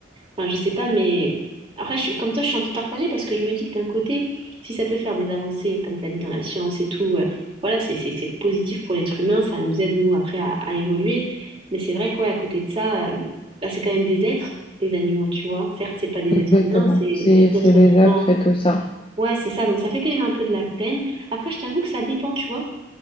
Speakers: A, on the right; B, on the left.
A: Enfin, je sais pas, mais après, je suis, comme toi, je suis un peu partagée parce que je me dis que d'un côté, si ça peut faire des avancées, comme tu as dit, dans la science et tout, euh, voilà, c'est c'est- c'est positif pour l'être humain, ça nous aide, nous, après, à, à évoluer. Mais c'est vrai quoi, à côté de ça, euh, bah, c'est quand même des êtres, les animaux, tu vois. Certes, c'est pas des
B: Exactement.
A: êtres humains, c'est
B: C'est
A: c'est des êtres
B: c'est les
A: vivants.
B: faisable, faites tout ça.
A: Ouais, c'est ça, donc ça fait quand même un peu de la peine. Après, je t'avoue que ça dépend, tu vois.